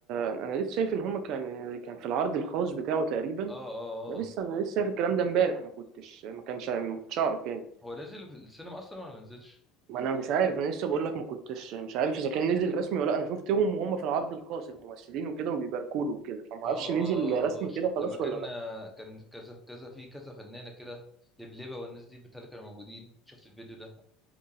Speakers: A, on the right (about 65°); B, in the centre.
A: انا لسه شايف ان هما كان كان في العرض الخاص بتاعه تقريبا
B: اه اه
A: ده لسه
B: اه
A: انا لسه شايف الكلام ده امبارح ما كنتش ما كانش ما كنتش اعرف يعني
B: هو نازل في السينما اصلا ولا ما نزلش
A: ما انا مش عارف انا لسه بقول لك ما كنتش مش عارف اذا كان نزل رسمي ولا لأ. انا شفتهم وهم في العرض الخاص الممثلين وكده وبيباركوا له وكده فما
B: اه
A: اعرفش
B: اه
A: نزل
B: اه
A: رسمي
B: اه ش-
A: كده خلاص
B: لما كان
A: ولا لا
B: كان كذا كذا في كذا فنانه كده لبلبه والناس دي بتاع اللي كانوا موجودين شفت الفيديو ده